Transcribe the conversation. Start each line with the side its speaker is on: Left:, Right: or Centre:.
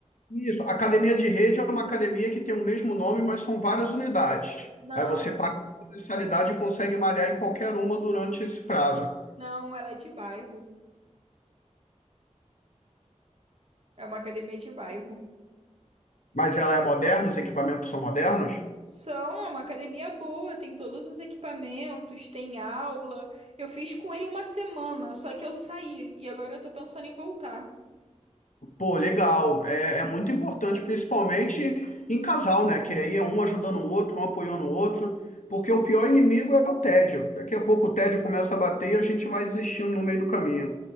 Left: Isso, a academia de rede é uma academia que tem o mesmo nome, mas são várias unidades.
Right: Não,
Left: Aí você paga uma mensalidade e consegue malhar em qualquer uma durante esse prazo.
Right: não, ela é de bairro. É uma academia de bairro.
Left: Mas ela é moderna, os equipamentos são modernos?
Right: São, é uma academia boa, tem todos os equipamentos, tem aula. Eu fiz com ele uma semana, só que eu saí e agora eu tô pensando em voltar.
Left: Pô, legal. É, é muito importante, principalmente em casal, né? Que aí é um ajudando o outro, um apoiando o outro. Porque o pior inimigo é o tédio. Daqui a pouco o tédio começa a bater e a gente vai desistindo no meio do caminho.